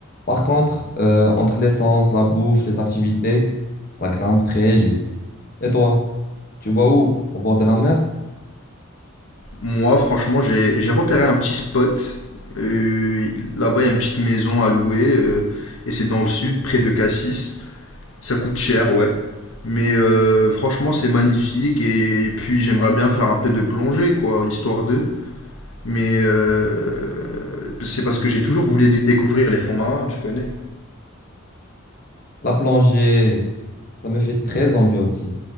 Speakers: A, on the left (about 45°); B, on the left (about 75°).
A: Par contre, euh, entre l'essence, la bouffe, les activités, ça grimpe très vite. Et toi? Tu vas où? Au bord de la mer?
B: Moi, franchement, j'ai j'ai repéré un petit spot. Euh, là-bas, il y a une petite maison à louer. euh, et c'est dans le sud, près de Cassis. Ça coûte cher, ouais. Mais euh, franchement, c'est magnifique. Et puis, j'aimerais bien faire un peu de plongée, quoi, histoire d'eux. Mais euh, c'est parce que j'ai toujours voulu dé- découvrir les fonds marins, tu connais.
A: La plongée, ça me fait très envie aussi.